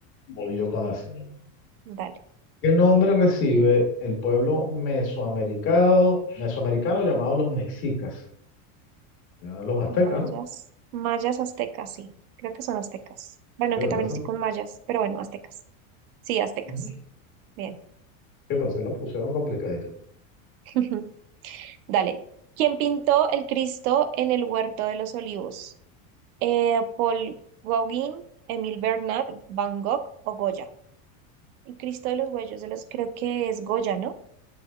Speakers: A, on the left; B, on the right.
A: Voy yo con la siguiente.
B: Dale.
A: ¿Qué nombre recibe el pueblo mesoamericano, mesoamericano llamado los mexicas? Ya los aztecas,
B: Mayas,
A: ¿no?
B: mayas aztecas, sí. Creo que son aztecas. Bueno,
A: Sí,
B: que también
A: ya se
B: estoy
A: lo-
B: con mayas, pero bueno, aztecas. Sí, aztecas.
A: Ujú. Sí,
B: Bien.
A: pero se la pusieron complicadito.
B: <laughs> Dale. ¿Quién pintó el Cristo en el Huerto de los Olivos? Eh, Paul Gauguin, Emil Bernat, Van Gogh o Goya. El Cristo de los Huellos de los, creo que es Goya, ¿no?